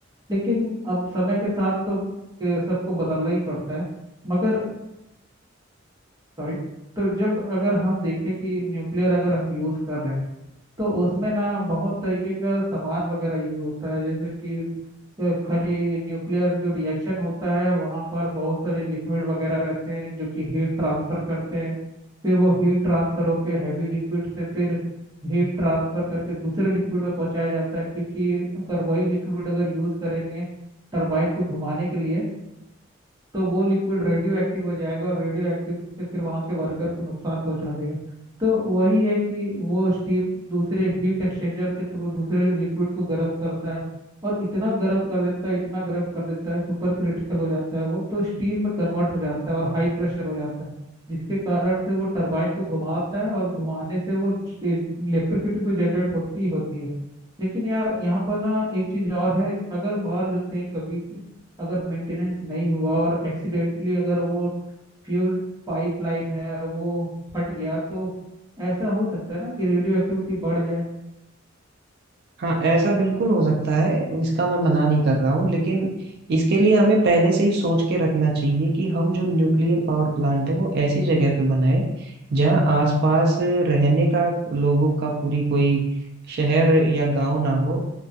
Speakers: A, on the right; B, on the right.
A: लेकिन अब समय के साथ तो ए, सबको बदलना ही पड़ता है मगर सॉरी तो जब अगर हम देखें कि न्यूक्लियर अगर हम यूज़ कर रहे हैं तो उसमें ना बहुत तरीके का सामान वगैरह यूज होता है जैसे कि अ, खाली न्यूक्लियर जो रिएक्शन होता है वहाँ पर बहुत सारे लिक्विड वगैरह रहते हैं जो कि हीट ट्रांसफर करते हैं फिर वो हीट ट्रांसफर होके हैवी लिक्विड से फिर हीट ट्रांसफर करके दूसरे लिक्विड में पहुंचाया जाता है क्योंकि अगर वही लिक्विड अगर यूज करेंगे टरबाइन को घुमाने के लिए तो वो लिक्विड रेडियो एक्टिव हो जाएगा और रेडियो एक्टिव से फिर वहाँ के वर्कर को नुकसान पहुंचा देगा तो वही है कि वो स्टीम दूसरे हीट एक्सचेंजर के थ्रू दूसरे लिक्विड को गर्म करता है और इतना गर्म कर देता है इतना गर्म कर देता है सुपर क्रिटिकल हो जाता है वो तो स्टीम में कन्वर्ट हो जाता है और हाई प्रेशर हो जाता है जिसके कारण से वो टरबाइन को घुमाता है और घुमाने से वो इलेक्ट्रिसिटी तो जनरेट होती ही होती है लेकिन यार यहाँ पर ना एक चीज और है अगर मान लेते हैं कभी कि अगर मेंटेनेंस नहीं हुआ और एक्सीडेंटली अगर वो फ्यूल पाइपलाइन है वो फट गया तो ऐसा हो सकता है ना कि रेडियो एक्टिविटी बढ़ जाए
B: हाँ ऐसा बिल्कुल हो सकता है इसका मैं मना नहीं कर रहा हूँ लेकिन इसके लिए हमें पहले से ही सोच के रखना चाहिए कि हम जो न्यूक्लियर पावर प्लांट है वो ऐसी जगह पे बनाए जहाँ आसपास रहने का लोगों का पूरी कोई शहर या गांव ना हो